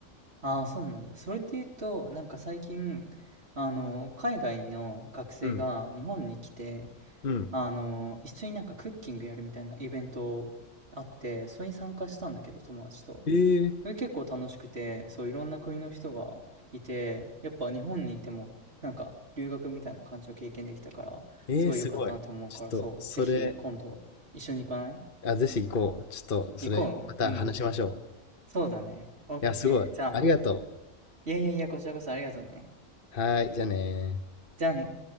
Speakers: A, on the right; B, on the left.
A: ああ、そうなんだ。それで言うと、なんか最近、あの、海外の学生が日本に来て、
B: うん。うん。
A: あの、一緒になんかクッキングやるみたいなイベントあって、それに参加したんだけど、友達と。
B: えー、
A: それ結構楽しくて、そう、いろんな国の人がいて、やっぱ日本にいても、なんか留学みたいな感じを経験できたから、
B: えー、
A: すごい良かったなって思うから、
B: すごい。ちょっと、
A: そう、
B: それ、
A: ぜひ今度一緒に行かない
B: あ、ぜひ行こう。ちょっと、それ、
A: 行こうね。
B: また話しましょ
A: うん。そうだね。オッケー。
B: う。いや、すごい。
A: じゃあ、
B: ありがと
A: いやいやいや、こちらこそありがとうね。
B: う。はーい、じゃあねー。
A: じゃあね。